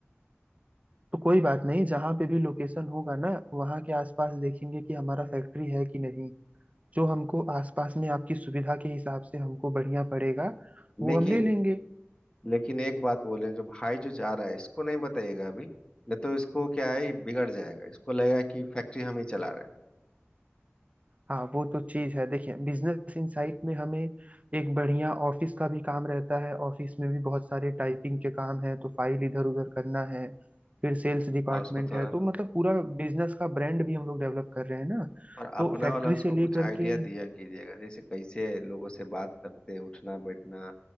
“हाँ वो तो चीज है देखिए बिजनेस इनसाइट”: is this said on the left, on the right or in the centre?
Right